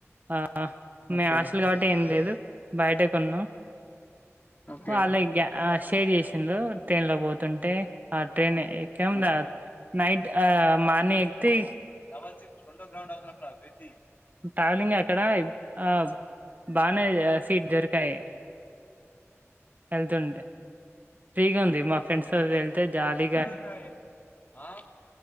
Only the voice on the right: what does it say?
ఆ మే
హాస్టల్ కాబట్టి ఏం లేదు బయటె కొన్నాం
వాళ్ళే ఈగ షేర్ చేసిండ్రు ట్రైన్ లో పోతుంటే ఆ ట్రైన్ ఎక్కాం
దా నైట్ మార్నింగ్ ఎక్తె
ట్రావెలింగ్ అక్కడ ఆ బానే సీట్ దొరికాయి వెల్తుంటే ఫ్రీగా ఉంది మా ఫ్రెండ్స్ వెల్ తే జాలి